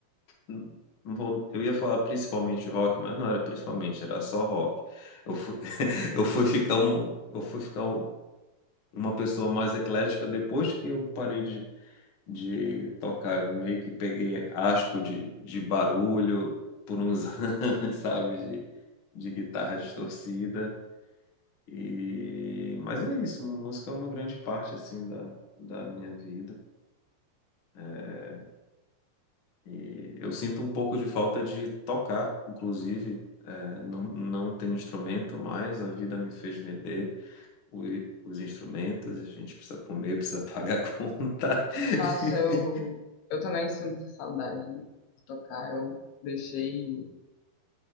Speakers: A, on the left (about 60°); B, on the left (about 85°).
A: hum, não vou- eu ia falar principalmente rock, mas não era principalmente, era só rock. Eu fui, <laughs> eu fui ficar, um, eu fui ficar um- uma pessoa mais eclética depois que eu parei de de tocar. Eu meio que peguei asco de, de barulho por uns <laughs> anos, sabe? De, de guitarra distorcida. E... Mas é isso, música é uma grande parte, assim, da, da minha vida. É, e eu sinto um pouco de falta de tocar, inclusive. É, não, não tem instrumento mais, a vida me fez vender o- os instrumentos, a gente precisa comer, <laughs> precisa pagar a conta. <laughs>
B: Nossa, eu, eu também sinto saudade de tocar. Eu deixei.